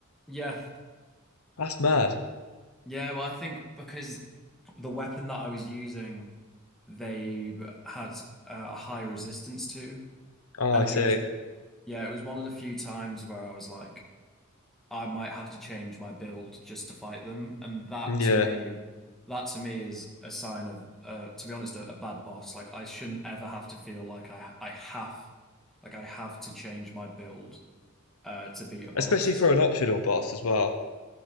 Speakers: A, in the centre; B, on the left.
A: yeah,
B: That's mad.
A: yeah. Well, I think because the weapon that I was using, they had uh, a high resistance to,
B: Oh,
A: and
B: I see.
A: it was yeah, it was one of the few times where I was like, I might have to change my build just to fight them, and that
B: Yeah.
A: to me, that to me is a sign of, uh, to be honest, a, a bad boss. Like I shouldn't ever have to feel like I I have, like I have to change my build uh, to beat a boss.
B: Especially for an optional boss as well.